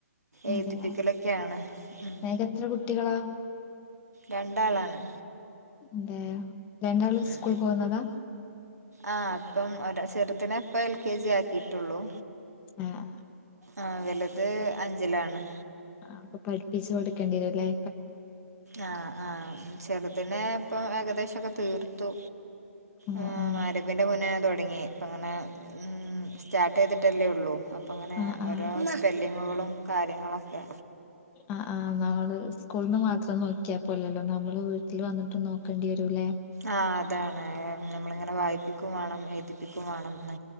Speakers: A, on the right; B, on the left.
A: എഴുതിപ്പിക്കലൊക്കെയാണ്
B: അതെയാ
A: ഉം
B: നിക്ക് എത്ര കുട്ടികളാ?
A: രണ്ടാളാണ്
B: അതെയാ രണ്ടാള്
A: ഉം
B: സ്കൂൾ പോകുന്നതാ?
A: ആഹ് അപ്പം ഒ ചെറുതിനെ ഇപ്പ എൽ കെ ജി ആക്കിട്ടുള്ളൂ.
B: ആ ഹ്
A: ആഹ് വലുത് അഞ്ചിലാണ്.
B: ആഹ് അപ്പൊ പഠിപ്പിച്ച് കൊടുക്കേണ്ടി വരും അല്ലേ?
A: ആഹ് ആഹ് ചെറുതിനെ ഇപ്പൊ ഏകദേശം ഒക്കെ തീർത്തു.
B: ആ
A: ആഹ്
B: ആ
A: ആരപ്പിന്റെ മുന്നേ ഞാൻ തോ ങ്ങി അപ്പം ങ്ങനെ ഉം സ്റ്റാർ്ട്ടെയ്തിട്ടല്ലേ ഉള്ളൂ അങ്ങനെ
B: ആ ആ
A: ഓരോ സോഅല് ങ്ങളും കാര്യങ്ങളോക്കെ
B: ആഹ് ആഹ് ന്നാള് സ്കൂളന്ന് മാ നോക്കിയപ്പോല്ലോ നമ്മൾ വീട്ടിൽ വന്നിട്ട് നോക്കേണ്ടി രൂലെ
A: ആ അതാണ് നമ്മളിങ്ങനെ വായിപ്പിക്കും വേണം ഏഴിതിപ്പിക്കും വേണം എന്ന